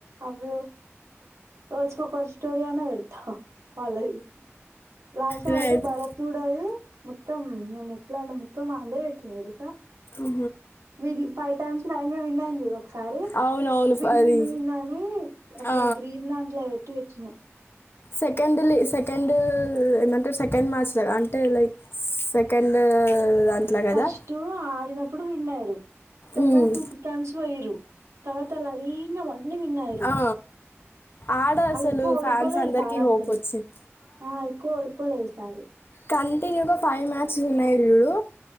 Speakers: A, on the right; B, on the left.
A: అ వ రోజ కొక స్టోరీ అయిన అలాది రాష్ట్ర
B: నేనైతే
A: అయితే భరతడది మొత్తం నేను ఎట్లా అంటే మొత్తం అందే వచ్చ వెలుసా
B: ఆ
A: మీరు ఫైవ్ టైమ్స్ గా విన్నాందు ఒకసారి
B: అవునవును
A: విన్
B: ఫ- అది
A: విన్ విన్ అని అట్లా
B: ఆ
A: గ్రీన్ అంట్లో పెట్టి పెట్టినాం
B: సెకండ్లీ సెకండ్ ఏమంటారు సెకండ్ మ్యాచ్లా అంటే లైక్ సెకండ్ దాంట్లో కదా
A: ఫస్టు ఆడిన ఇప్పుడు విన్ అయ్యారు సెకండ్
B: మ్మ్.
A: టూ త టైమ్స్ పోయారు తర్వాత అలా అయినవన్నీ విన్ అయ్యారు
B: ఆ. ఆడ
A: అలా
B: అసలు
A: ఎక్కువ ఓడిపోలే
B: ఫ్యాన్స్ అందరికీ
A: ఈ సార్ అసలు
B: హోప్ వచ్చింది
A: ఆ ఎక్కువ ఓడిపోలే యి సారి
B: కంటిన్యూగా ఫైవ్ మ్యాచ్స్ ఉన్నాయి ఇడు